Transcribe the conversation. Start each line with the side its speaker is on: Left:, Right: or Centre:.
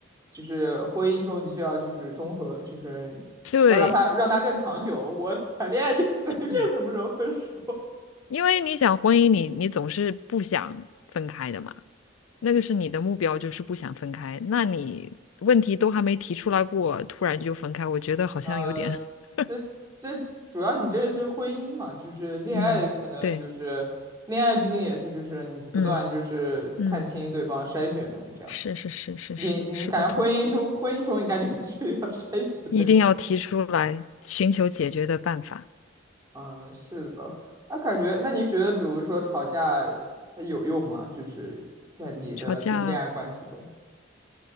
Right: 就是婚姻中你需要就是综合，就是需要让他让他更长久。
Left: 对，
Right: 我谈恋爱就随便什么时候分手。
Left: 是因为你想婚姻你，你总是不想分开的嘛，那个是你的目标，就是不想分开。那你问题都还没提出来过，突然就分开，我觉得好像有点，
Right: 呃，
Left: <laughs>
Right: 对对，主要你这是婚姻嘛，就是恋爱，
Left: 嗯，
Right: 可能就是恋爱，
Left: 对，
Right: 毕竟也是就是你不断就是看清对方筛选中这样。
Left: 嗯嗯，是是是是是是不同。
Right: 你你感觉婚姻中婚姻中应该就不至于 <laughs> 要筛选对，
Left: 一定要提出来，寻求解决的办法。
Right: 嗯，是的吧？啊，感觉那你觉得，比如说吵架它有用吗？就是在你的就恋爱关系中，
Left: 吵架啊，